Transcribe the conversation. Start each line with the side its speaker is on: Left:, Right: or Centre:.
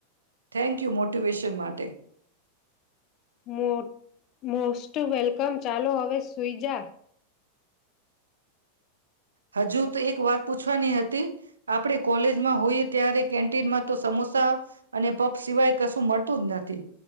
Right: થેન્ક યુ મોટિવેશન માટે.
Left: મોટ મોસ્ટ વેલકમ. ચાલો હવે સુઈ જા.
Right: હજુ તો એક વાત પૂછવાની હતી આપણે કોલેજમાં હોઈએ ત્યારે કેન્ટીનમાં તો સમોસા અને પપ સિવાય કશું મળતું જ નથી